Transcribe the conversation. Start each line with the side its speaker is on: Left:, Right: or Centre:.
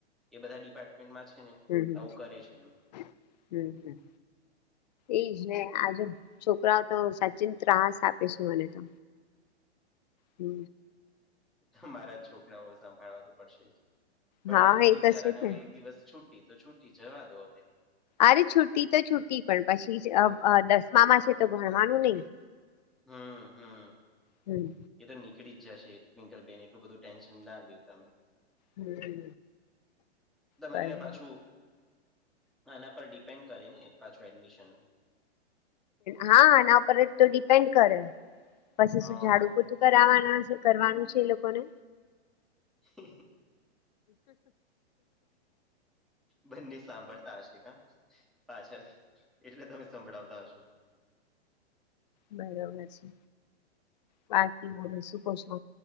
Centre: એ બધા ડિપાર્ટમેન્ટમાં છે, ને
Left: હમ,
Centre: આવું કરે છે એમ
Left: હમ, હમ એ છે, આજુ છોકરાઓ તો સચિન ત્રાસ આપે છે, મને તો હમ
Centre: તમારા છોકરાઓ સંભાળવા તો પડશે જ પણ
Left: હા એ
Centre: બિચારાને
Left: તો છે જ
Centre: હવે
Left: ને
Centre: એક દિવસ છુટી તો, છુટી જવા દો હવે
Left: અરે છુટી તો છુટી પણ પછી જ અ અ દસમા માં છે તો ભણવાનું નય.
Centre: હમમ હમમ.
Left: હમમ.
Centre: એ તો નીકળી જ જશે ટ્વિંકલ બેન એટલું બધું ટેન્શન ના લયો તમે.
Left: હમ
Centre: દમનિયા
Left: બરોબર
Centre: પાછું ના એના પર ડિપેન્ડ કરે ને પાછું, એડમિશન
Left: હા, એના ઉપર તો ડિપેન્ડ કરે પછી
Centre: હા
Left: શું ઝાડું પતું કરવાના છે, કરવાનું છે, એ લોકોને
Centre: હ બંને સાંભળતા હશે કા પાછળ, એટલે તમે સંભળાવતા હશો
Left: બરાબર છે. બાકી બોલો શું કો છો